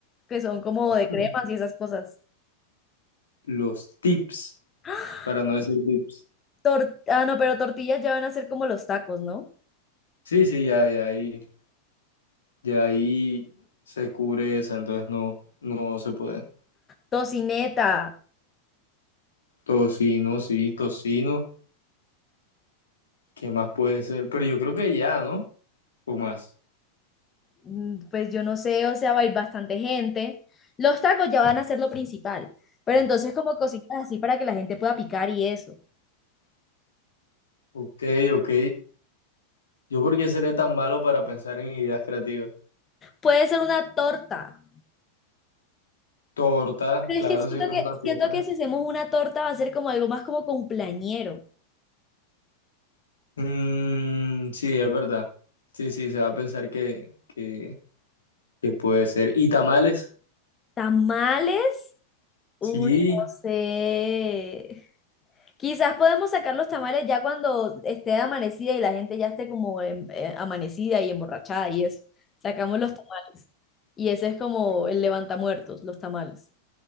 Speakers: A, on the left (about 20°); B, on the left (about 70°).
A: que son como
B: <laughs>
A: de cremas
B: Ujú.
A: y esas cosas.
B: Los tips.
A: <gasps>
B: para no decir VIPs.
A: Tor- ah, no, pero tortillas ya van a ser como los tacos, ¿no?
B: Sí, sí, ya, ya ahí, ya ahí se cubre esa, entonces no, no se puede.
A: Tocineta,
B: Tocino, sí, tocino, ¿qué más puede ser? Pero yo creo que ya, ¿no? O más.
A: mm, pues yo no sé, o sea, va a ir bastante gente. Los tacos ya van a ser lo principal, pero entonces como cositas así para que la gente pueda picar y eso.
B: Ok, ok. ¿Yo por qué seré tan malo para pensar en ideas creativas?
A: Puede ser una torta,
B: Torta,
A: pero
B: claro,
A: es que siento
B: si es una
A: que,
B: pieza.
A: siento que si hacemos una torta va a ser como algo más como cumpleañero.
B: Mm, sí, es verdad. Sí, sí, se va a pensar que, que, que puede ser. ¿Y tamales?
A: Tamales, uy,
B: Sí,
A: no sé. Quizás podemos sacar los tamales ya cuando esté amanecida y la gente ya esté como em- eh, amanecida y emborrachada y eso. Sacamos los tamales. Y ese es como el levantamuertos, los tamales.